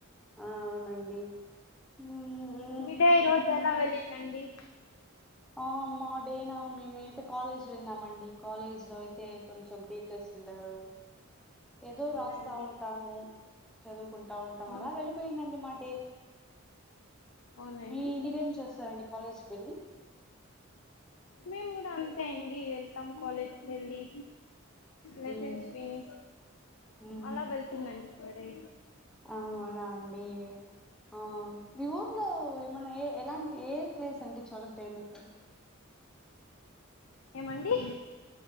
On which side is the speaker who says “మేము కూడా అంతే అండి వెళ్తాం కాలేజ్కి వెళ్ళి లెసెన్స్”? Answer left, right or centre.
Left